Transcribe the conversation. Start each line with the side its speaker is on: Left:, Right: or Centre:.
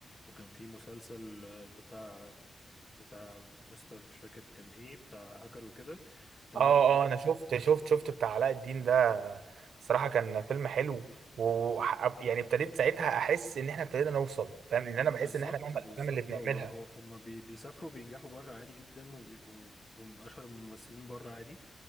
Left: وكان في مسلسل آه، بتاع بتاع مستر مش فاكر كان ايه بتاع هاكر وكده ده
Right: اه
Left: برضو
Right: اه انا شفت شفت شفت بتاع علاء الدين ده صراحه كان فيلم حلو و يعني ابتديت ساعتها احس ان احنا ابتدينا نوصل فاهم لان انا بحس
Left: بالظبط
Right: ان احنا مهما
Left: بالظبط
Right: الافلام اللي بنعملها
Left: هو هو هم بي بيسافروا بينجحوا بره عادي جدا وبيبقوا من اشهر الممثلين بره عادي